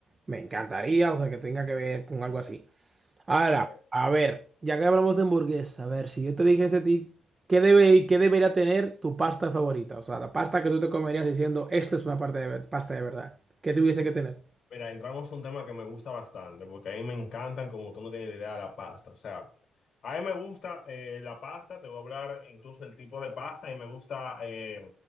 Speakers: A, on the right (about 25°); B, on the left (about 55°).
A: Me encantaría, o sea, que tenga que ver con algo así. Ahora,
B: Ok.
A: a ver, ya que hablamos de hamburguesa, a ver, si yo te dijese a ti, ¿qué debe, qué debería tener tu pasta favorita? O sea, la pasta que tú te comerías diciendo, esta es una parte de, ver- pasta de verdad. ¿Qué tuviese que tener?
B: Mira, entramos a un tema que me gusta bastante, porque a mí me encantan, como tú no tienes idea, la pasta. O sea, a mí me gusta eh, la pasta, te voy a hablar incluso del tipo de pasta, y me gusta eh,